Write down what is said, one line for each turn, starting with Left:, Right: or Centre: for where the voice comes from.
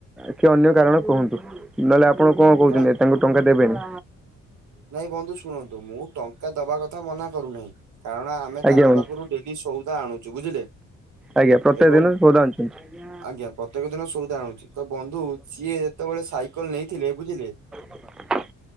Centre: କିଏ ଅନ୍ୟ କାରଣ କୁହନ୍ତୁ! ନହେଲେ ଆପଣ କଣ କହୁଛନ୍ତି,
Right: ନାଇଁ
Centre: ତାଙ୍କୁ ଟଙ୍କା ଦେବେନି?
Right: ନାଇଁ ବନ୍ଧୁ ଶୁଣନ୍ତୁ, ମୁଁ ଟଙ୍କା ଦବା କଥା ମନା କରୁନାହିଁ କାରଣ ଆମେ
Centre: ଆଜ୍ଞା
Right: ତାଙ୍କ
Centre: ବନ୍ଧୁ
Right: ପାଖରୁ ଡେଲି ସଉଦା ଆଣୁଛୁ ବୁଝିଲେ
Centre: ଆଜ୍ଞା ପ୍ରତ୍ୟେକ
Right: ଏବଂ
Centre: ଦିନ ଶୋଦା ଅନିଛନ୍ତି।
Right: ଆଜ୍ଞା ପ୍ରତ୍ୟେକ ଦିନ ସୋଧା ଆଣୁଛି, ତ ବନ୍ଧୁ ସିଏ ଯେତେବେଳେ ସାଇକେଲ ନେଇଥିଲେ ବୁଝିଲେ
Centre: <inaudible>